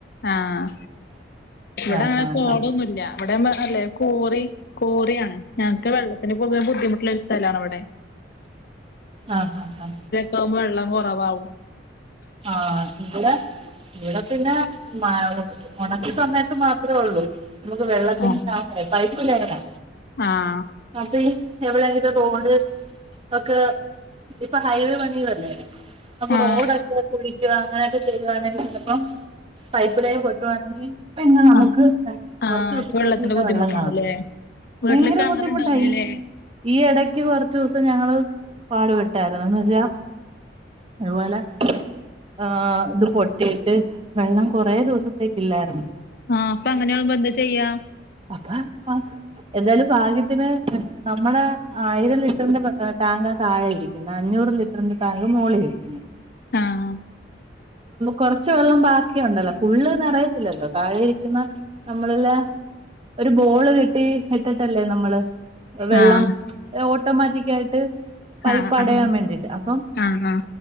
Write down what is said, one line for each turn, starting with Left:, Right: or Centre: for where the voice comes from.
Left: ആഹ് ഇവിടങ്ങനെ
Right: ആഹ് ആഹ്
Left: തോടൊന്നുല്ല.
Right: ആഹ്
Left: വടെ മ്മ ർ ലെ കോറി, കോറിയാണ് ഞങ്ങക്ക് വെള്ള ത്തിന് പൊതുവെ ബുദ്ധിമുട്ടുള്ള ഒരു സ്ഥലാണ് വിടെ
Right: ആഹ് ഹ ഹ
Left: പ്പം വെള്ളം കൊറവാകും
Right: ആഹ് ഇവിടെ ഇവിടെ പിന്നെ മ ഉണക്കി സമയത്ത് മാത്രേ ഉള്ളൂ നമ്മക്ക് വെള്ളത്തിന്
Left: ആഹ്
Right: ക്ഷാമേ.. പൈപ്പ് ലൈനാ
Left: ആഹ്
Right: അപ്പ ഇ എവിടെങ്കിലു റോഡ് ഒക്കെ ഇപ്പ ഹൈവേ പണിയുവല്ലേ, അപ്പൊ
Left: ആഹ്
Right: റോഡൊക്കെ കുഴിക്കുക അങ്ങനെയൊക്കെ ചെയ്യുവാണെങ്കി ചെലപ്പം പൈപ്പ് ലൈൻ പൊട്ടുവാണങ്കി പിന്നെ നമുക്ക്
Left: ആഹ്
Right: കൊറച്ച്
Left: ആഹ്
Right: ദിവസത്തേക്ക്
Left: അപ്പൊ വെള്ളത്തിന്റെ
Right: പിന്നെ
Left: ബുദ്ധിമുട്ടാണല്ലേ
Right: വെള്ളം കാണത്തില്ല
Left: വീട്ടില്
Right: ഭയങ്കര
Left: കിണറുണ്ടാവൂലല്ലേ
Right: ബുദ്ധിമുട്ടായി ഈ എടക്ക് കൊർച്ചൂസം ഞങ്ങള് പാടുപെട്ടാരുന്നു. എന്നുവെച്ചാ ത്പോല ആഹ്, ത് പൊട്ടിയിട്ട് വെള്ളം കൊറേ ദിവസത്തേക്കില്ലാരുന്നു
Left: ആഹ് അപ്പൊ അങ്ങന്യാവുമ്പോ എന്താ ചെയ്യാ
Right: അപ്പ ആഹ് എന്തായാലും ഭാഗ്യത്തിന് നമ്മടെ ആയിരം ലിറ്ററിന്റെ ടാങ്ക താഴയിരി ക്കുന്ന അഞ്ഞൂറ് ലിറ്ററിന്റെ ടാങ്ക് മോളിൽ വെക്കിന്ന്
Left: ആഹ്
Right: കൊറച്ച് വെള്ളം ബാക്കിയുണ്ടല്ലോ ഫുള്ള് നെറയത്തില്ലല്ലോ, താഴെ ഇരിക്കുന്ന നമ്മളെല്ല ഒരു ബോള് കെട്ടി ഇട്ടിട്ടല്ലേ നമ്മള് വെള്ളം
Left: ആഹ്
Right: ഓട്ടോമാറ്റിക് ആയിട്ട് പൈപ്പടയാൻ
Left: ആഹ് ആഹ്
Right: വേണ്ടിട്ട് അപ്പം
Left: ആഹ്